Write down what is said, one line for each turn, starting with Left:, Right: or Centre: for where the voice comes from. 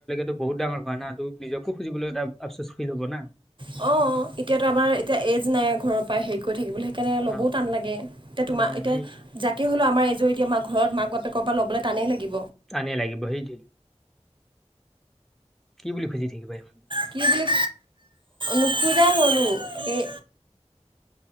Centre: টো বহুত ডাঙৰ হয় না তো নিজকো খুজিবলৈ এটা আফচোচ ফিল হব না।
Right: অঁ এতিয়াতো আমাৰ এতিয়া এজ নাই ঘৰৰ পৰা হেৰি কৰি থাকিবলৈ সেইকাৰণে ল'বও
Centre: অ
Right: টান লাগে এতিয়া
Centre: অ
Right: তোমা এতিয়া
Centre: সেই
Right: যাকে হলেও আমাৰ এইটো এতিয়া মাক ঘৰত মাক বাপেকৰ পৰা লবলে টানেই লাগিব।
Centre: টানেই লাগিব সেইটোৱে, কি বুলি খুজি থাকিবা এই
Right: কি বুলি নুখুজাই হলো এই